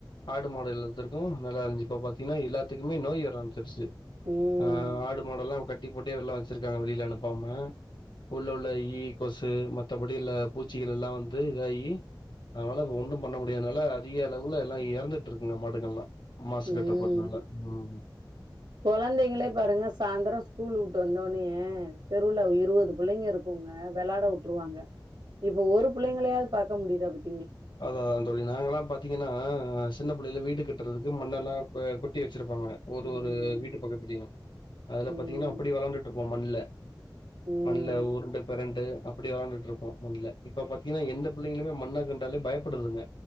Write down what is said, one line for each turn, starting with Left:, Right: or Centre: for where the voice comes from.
Left: ஆடு மாடு <unintelligible> கு நல்லா இருஞ்சி இப்ப பாத்தீனா எல்லாத்துக்குமே நோய் வர ஆரம்ச்சிருச்சி
Right: ம்
Left: ஆ ஆடு மாடல்லா ஒ கட் டிப் போட்டே எல்லா வெச்சிருக்காங்க வெளில அனுப்பாம உள்ள உள்ள ஈ கொசு மத்தபடி இள்ள பூச்சிகள் எல்லா வந்து இதாயி அனால இப்ப ஒன்னும் பண்ண முடியானால அதிக அளவுல எல்லா எறந்துட்ருக்குங்க மாடுகள்லா மாசு
Right: ம்
Left: கட்டுப்பாட்டுனால ம்
Right: கொழந்தைங்களே பாருங்க சாந்தரொ ஸ்கூல் உட்டு வ ந்த ஒன்னேயே தெருவுல இருவது புள்ளைங்க இருக்குங்க வெளாட உட் ட்டுருவாங்க இப்ப ஒரு புள்ளைங்களையாது பாக்க முடியுதா பத்
Left: அதா அதா தோழி நாங்கல்லா பாத்தீங்கன்னா சின்னப் புள்ளைல வீடு கட்றதுக்கு மண்ணெல்லா கொ கொட்டி வெ ச்சிருப்பாங்க ஒரு
Right: ம்
Left: ஒரு வீடு பக்கத்துலயு அதுல
Right: ம்
Left: பாத்தீங்னா அப்டி வெளாண்டுட்ருப் போ மண்ல
Right: ம்
Left: மண்ல உருண்டு பெரண்டு அப்டி வெளாண்டுட்டு இருப்போ மண்ல இப்ப பாத்தீயன்னா எந்த பிள்ளைங்களுமே மண்ண என்டாலே பயப்படுதுங்க